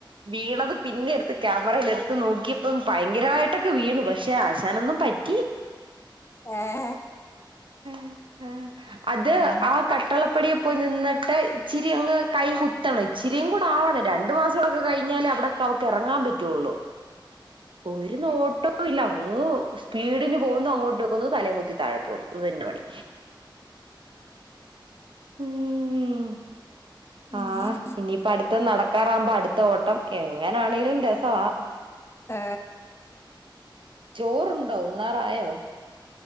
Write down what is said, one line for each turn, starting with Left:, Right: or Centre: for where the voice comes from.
Right: വീണത് പിന്നെടുത്ത് ക്യാമറയിൽ എടുത്ത് നോക്കിയപ്പം ഭയങ്കരമായിട്ടൊക്കെ വീണു പക്ഷെ ആശാനൊന്നും പറ്റ.
Left: ഏഹ.
Right: ഉം ഉം അത്.
Left: ഉം
Right: ആ കട്ടളപ്പടിയെ പോയി നിന്നട്ട് ഇച്ചിരി അങ്ങ് കൈ കുത്തണം ഇച്ചിരിയും കൂടെ ആവണം രണ്ടു മാസൊക്കെ. കഴിഞ്ഞല് അവിടൊക്ക അവക്ക് ഇറങ്ങാൻ പറ്റൊള്ളു. ഒരു നോട്ടോല്ല അങ്ങ് സ്പീഡന് പോകുന്നു അങ്ങോട്ട് പോകുന്നു തലേ കുത്തി. താഴെപോന്നു ഇതന്നെ പണി മ്മ്.
Left: ഉം.
Right: ആഹ ഇനിയിപ്പ അടുത്ത നടക്കാറാവമ്പോ അടുത്ത ഓട്ടം എങ്ങനാണേങ്കിലും രസ. ആ.
Left: ഏ.
Right: ചോറുണ്ടോ ഉണ്ണാറായോ.